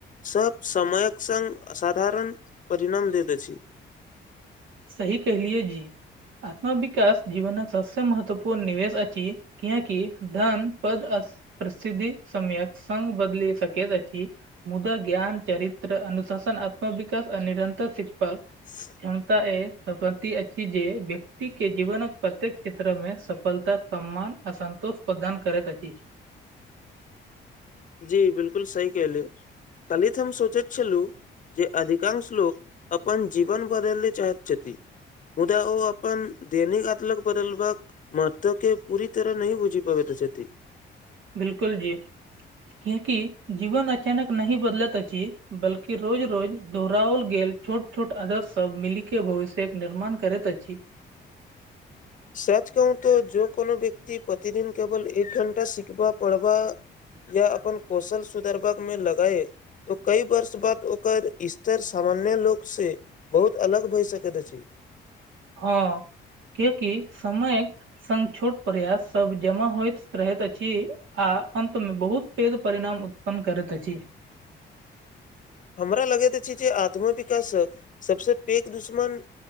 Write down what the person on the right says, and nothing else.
सही कहलियै जी आत्मविकास जीवनक सबसे महत्वपूर्ण निवेश अछि। किआकी धन पद प्रसिद्धि समयत संघ बदल सक जा छी मुदा ज्ञान चरित्र अनुशासन आत्मविकास आ निरन्तर शिक्षक
तए सम्पत्तति अछि जे व्यक्ति के जीवनक प्रत्येक क्षेत्र मे सफलता सम्मान असन्तोष प्रदान करैत अछि
बिलकुल जी क्याकि जीवन अचानक नही बदलत अछि बल्कि रोज रोज दोहराओल गेल छोट छोट अदस्य सब मिली के भविष्यक निर्माण करैत अछि
हं ककि समय सन छोट प्रयास सब जमा होइत रहैत अछि आ अन्त मे बहुत पेग परिणाम उत्पन्न करैत अछि